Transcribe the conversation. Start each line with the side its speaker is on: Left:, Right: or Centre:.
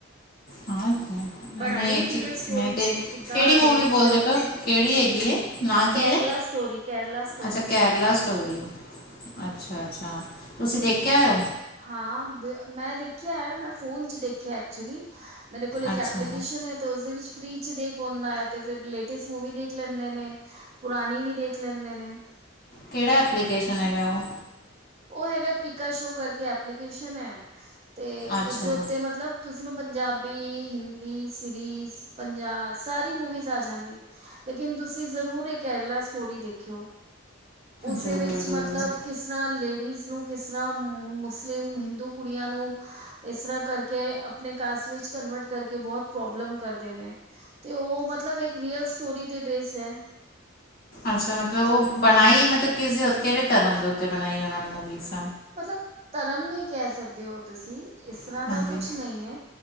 Left: ਹਾਂ ਕੀ
Right: ਬਣਾਈ
Left: ਨਹੀਂ ਐਕਚੀਕ
Right: ਰੀਅਲ ਸਟੋਰੀ
Left: ਮੈਂ ਤੇ
Right: ਕਿੱਦਾਂ
Left: ਕੇੜੀ
Right: ਲੇਡੀਜ਼
Left: ਮੂਵੀ ਬੋਲਦੇ
Right: ਦੇ ਉੱਤੇ
Left: ਪਓ ਕੇੜੀ ਹੈਗੀ ਏ। ਨਾਂ
Right: ਕੇਰਲਾ
Left: ਕੀ ਐ
Right: ਸਟੋਰੀ ਕੇਰਲਾ ਸਟੋਰੀ
Left: ਅੱਛਾ ਕੇਰਲਾ ਸਟੋਰੀ ਅੱਛਾ-ਅੱਛਾ ਤੁਸੀਂ ਦੇਖਕੇ
Right: ਕੀ ਕੀ
Left: ਆਏ ਓ
Right: ਹਾਂ ਮੈਂ ਦੇਖਿਆ ਐ ਮੈਂ ਫੋਨ ਚ ਦੇਖਿਆ ਐ ਐਕਚੁਲੀ ਮੇਰੇ ਕੋਲ ਏਕ
Left: ਅੱਛਾ
Right: ਐਪਲੀਕੇਸ਼ਨ ਹੈ ਤੇ ਉਸਦੇ ਵਿੱਚ ਫਰੀ 'ਚ ਦੇਖ ਹੁੰਦਾ ਐ ਤੇ ਫਿਰ ਲੇਟੈਸਟ ਮੂਵੀ ਦੇਖ ਲੈਂਦੇ ਨੇ ਪੁਰਾਣੀ ਵੀ ਦੇਖ ਲੈਂਦੇ ਨੇ।
Left: ਕੇੜਾ, ਐਪਲੀਕੇਸ਼ਨ ਹੈਗਾ ਔ?
Right: ਔ ਹੈਗਾ, ਪੀਕਾਸ਼ੋ ਕਰਕੇ ਐਪਲੀਕੇਸ਼ਨ ਐ। ਤੇ
Left: ਅੱਛਾ
Right: ਓਸ ਦੇ ਉੱਤੇ, ਮਤਲਬ ਤੁਸੀਂ ਨੂੰ ਪੰਜਾ ਬੀ ਹਿੰਦੀ ਸੀਰੀਜ਼, ਪਜਾ ਸਾਰੀ ਮੂਵੀਜ਼ ਆ ਜਾਂਦੀ। ਲੇਕਿਨ ਤੁਸੀਂ ਜ਼ਰੂਰ ਏਕ ਕੇਰਲਾ ਸਟੋਰੀ ਦੇਖਿਓ, ਓਸਦੇ
Left: ਜ਼ਰੂਰ
Right: ਵਿੱਚ ਮਤਲਬ ਕਿਸ ਤਰ੍ਹਾਂ ਲੇਡੀਜ਼ ਨੂੰ ਕਿਸ ਤਰ੍ਹਾਂ, ਮੁਸਲਿਮ ਹਿੰਦੂ ਕੁੜੀਆਂ ਨੂੰ ਏਸ ਤਰ੍ਹਾਂ ਕਰਕੇ ਅਪਣੇ ਕਾਸਟ ਵਿਚ ਕਨਵਰਟ ਕਰਕੇ ਬੋਤ ਪ੍ਰੋਬਲਮ ਕਰਦੇ ਨੇ। ਤੇ ਔ ਮਤਲਬ ਏਕ ਰੀਅਲ ਸਟੋਰੀ ਤੇ ਬੇਸ ਐ।
Left: ਅੱਛਾ, ਮਤ ਔ ਬਣਾਈ ਮਤਲਬ ਕੇਸਦੇ ਕੇੜੇ ਧਰਮ ਦੇ ਉਤੇ ਬਣਾਈ ਓਨਾਂ ਨੇ ਮੂਵੀਜ਼?
Right: ਮਤਲਬ ਤਰਮ ਨੀ ਕੈ ਸਕਦੇ ਔ ਤੁਸੀਂ ਇਸ ਤਰ੍ਹਾਂ
Left: ਹਾਂਜੀ
Right: ਦਾ ਕੁਛ ਨਈ ਐ।